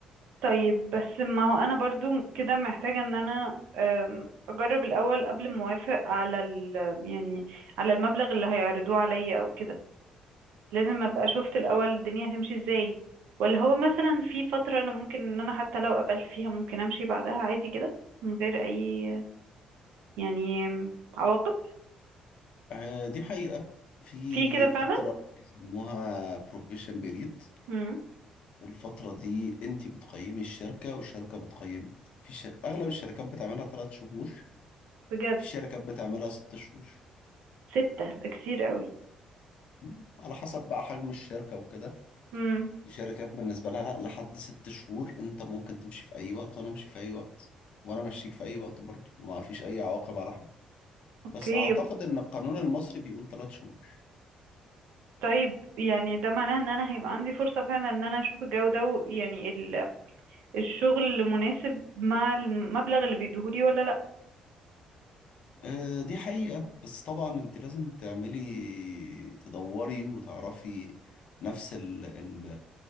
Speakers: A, on the right (about 85°); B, on the left (about 50°).
A: طيب بس ما هو انا برضو كده محتاجة ان انا أم، اجرب الاول قبل ما اوافق على ال يعني على المبلغ اللي هيعرضوه عليا او كده لازم ابقى شفت الاول الدنيا هتمشي ازاي ولا هو مثلا في فترة انا ممكن ان انا حتى لو قبلت فيها ممكن امشي بعدها عادي كده من غير اي يعني عواقب
B: آه، دي حقيقة في
A: في كده فعلا
B: فترة بيسموها probation period
A: امم
B: والفترة دي انت بتقيمي الشركة والشركة بتقيمك في شر... اغلب الشركات بتعملها ثلاث شهور
A: بجد
B: في شركات بتعملها ست شهور
A: ستة ده كتير قوي
B: م? على حسب بقى حجم الشركة وكده
A: امم
B: الشركات بالنسبة لها لا لحد ست شهور انت ممكن تمشي في اي وقت وانا امشي في اي وقت وانا مشيك في اي وقت برضه وما فيش اي عواقب على حد
A: اوكي
B: بس اعتقد ان القانون المصري بيقول ثلاث شهور
A: طيب يعني ده معناه ان انا هيبقى عندي فرصة فعلا ان انا اشوف الجو ده و- يعني ال... الشغل مناسب مع المبلغ اللي بيديهولي ولا لا
B: آه، دي حقيقة بس طبعا انت لازم تعملي تدوري وتعرفي نفس ال ال